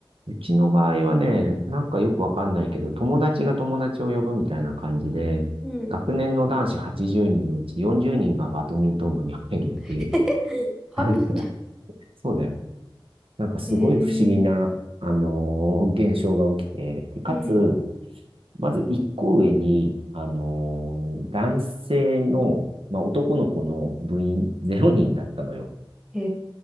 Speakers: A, on the right (about 80°); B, in the centre.
A: うちの場合はね、なんかよくわかんないけど、友達が友達を呼ぶみたいな感じで、
B: うん。
A: 学年の男子80人のうち40人がバドミントン部に入るっていう。
B: <laughs> 半分じゃ
A: <laughs> そうだよ。なんかすごい不思議な、
B: ん。へえ。
A: あのー現象が起きて、で、かつ、
B: うん。
A: まず一個上に、あのー男性の、まあ、男の子の部員0人だったのよ。
B: へ